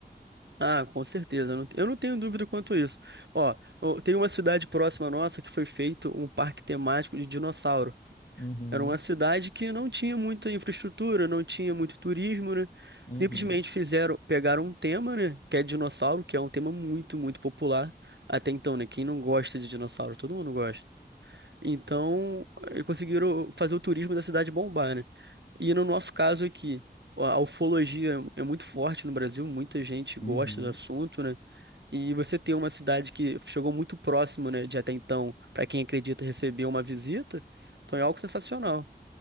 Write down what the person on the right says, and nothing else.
Ah, com certeza. Eu não eu não tenho dúvida quanto a isso. Ó, ó, tem uma cidade próxima nossa que foi feito um parque temático de dinossauro.
Era uma cidade que não tinha muita infraestrutura, não tinha muito turismo, né?
Simplesmente fizeram, pegaram um tema, né? Que é dinossauro, que é um tema muito, muito popular até então, né? Quem não gosta de dinossauro? Todo mundo gosta. Então, eh, conseguiram fazer o turismo da cidade bombar, né? E no nosso caso aqui, a a ufologia é é muito forte no Brasil, muita gente
gosta do assunto, né? E você ter uma cidade que chegou muito próximo, né, de até então, para quem acredita receber uma visita, então é algo sensacional.